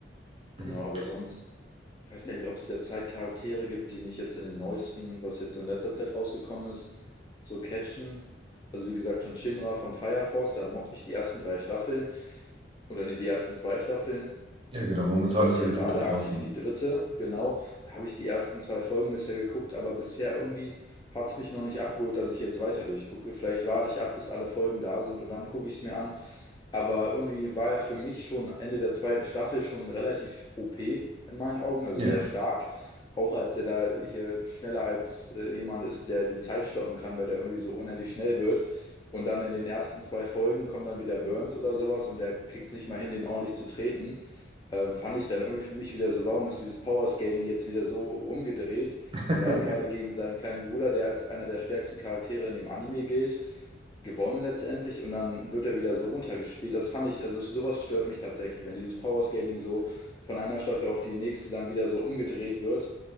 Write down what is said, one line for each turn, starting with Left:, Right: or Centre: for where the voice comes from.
Left: Genau,
Right: Mhm.
Left: aber sonst, ich weiß gar nicht, ob es derzeit Charaktere gibt, die mich jetzt in den neuesten, was jetzt so in letzter Zeit rausgekommen ist, so catchen. Also wie gesagt, schon Shinra von Fire Force, da mochte ich die ersten drei Staffeln. Oder nee, die ersten zwei Staffeln.
Right: Ja, genau. Momentan
Left: Es läuft
Right: ist
Left: ja
Right: ja die
Left: gerade
Right: dritte draußen.
Left: aktiv die dritte, genau. Da habe ich die ersten zwei Folgen bisher geguckt, aber bisher irgendwie hat es mich noch nicht abgeholt, dass ich jetzt weiter durchgucke. Vielleicht warte ich ab, bis alle Folgen da sind und dann gucke ich es mir an. Aber irgendwie war er für mich schon Ende der zweiten Staffel schon relativ OP in meinen Augen, also
Right: Ja.
Left: sehr stark. Auch als der da hier schneller als äh, jemand ist, der die Zeit stoppen kann, weil der irgendwie so unendlich schnell wird. Und dann in den ersten zwei Folgen kommt dann wieder Burns oder sowas und der kriegt es nicht mal hin, den ordentlich zu treten. Ähm, fand ich dann irgendwie für mich wieder so, warum ist dieses Powerscaling jetzt wieder so rumgedreht?
Right: <laughs>
Left: Der hat gerade gegen seinen kleinen Bruder, der als einer der stärksten Charaktere in dem Anime gilt, gewonnen letztendlich und dann wird er wieder so runtergespielt. Das fand ich, also sowas stört mich tatsächlich, wenn dieses Powerscaling so von einer Staffel auf die nächste dann wieder so umgedreht wird.